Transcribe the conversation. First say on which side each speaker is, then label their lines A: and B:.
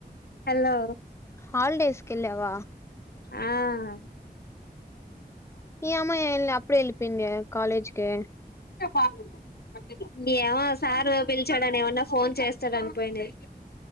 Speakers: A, on the left; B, on the left.
A: హలో
B: హాలిడేస్ కి ఎళ్ళావా
A: ఆ <unintelligible>
B: ఈ అమ్మాయి అప్పుడే వెళ్ళిపోయింది కాలేజ్ కి
A: బాగుంటది ఏమో సార్ పిలిచాడని ఏమన్నా ఫోన్ చేస్తాడు అని పోయింది.